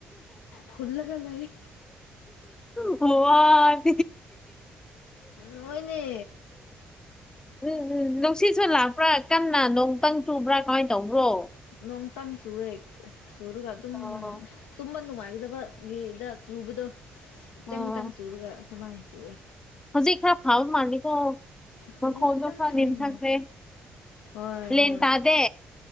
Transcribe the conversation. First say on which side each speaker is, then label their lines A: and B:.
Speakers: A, on the left; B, on the left.
A: ꯐꯨꯜꯂꯒ ꯂꯩ
B: ꯋꯥ
A: ꯑꯣꯏꯅꯦ
B: ꯎꯝ ꯎꯝ ꯅꯨꯡꯁꯤꯠꯁꯨ ꯂꯥꯛꯄ꯭ꯔꯥ ꯀꯟꯅ ꯅꯣꯡꯇꯪ ꯆꯨꯕ꯭ꯔꯥ ꯀꯃꯥꯏꯅ ꯇꯧꯕ꯭ꯔꯣ
A: ꯅꯣꯡ ꯇꯥꯡ ꯆꯨꯋꯦ ꯆꯨꯔꯔꯒ ꯑꯗꯨꯝ
B: ꯑꯣ
A: ꯌꯥꯝ ꯅꯨꯡꯉꯥꯏꯒꯗꯕꯒꯤꯗ ꯆꯨꯕꯗꯣ ꯈꯤꯇꯪ
B: ꯑꯣ
A: ꯈꯤꯇꯪ ꯆꯨꯔꯒ ꯑꯗꯨꯃꯥꯏꯅ ꯆꯨꯑꯦ
B: ꯍꯧꯖꯤꯛ ꯈꯔ ꯐꯥꯕ ꯃꯥꯜꯜꯂꯤꯀꯣ
A: ꯍꯧꯖꯤꯛ
B: ꯃꯈꯣꯗꯣ
A: ꯈꯤꯇꯪ
B: ꯈꯔ
A: ꯎꯝ
B: ꯅꯅꯤꯊꯈ꯭ꯔꯦ
A: ꯍꯣꯏ
B: ꯂꯦꯟ
A: ꯍꯣꯏ
B: ꯇꯥꯗꯦ